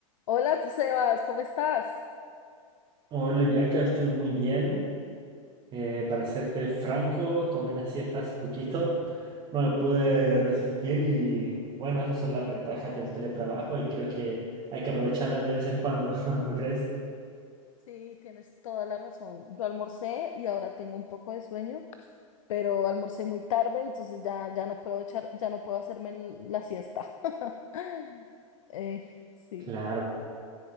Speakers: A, on the left; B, on the right.
A: Hola, Sebas, ¿cómo estás?
B: Hola Bianca, estoy muy bien. Eh, para serte franco, tomé una siesta hace poquito, no me pude resistir y bueno, esas son las ventajas del teletrabajo y creo que hay que aprovecharlas de vez en cuando, <laughs> ¿no crees?
A: Sí, tienes toda la razón. Yo almorcé y ahora tengo un poco de sueño, pero almorcé muy tarde, entonces ya, ya no puedo echar, ya no puedo hacerme el- la siesta. <laughs> Eh, sí.
B: Claro.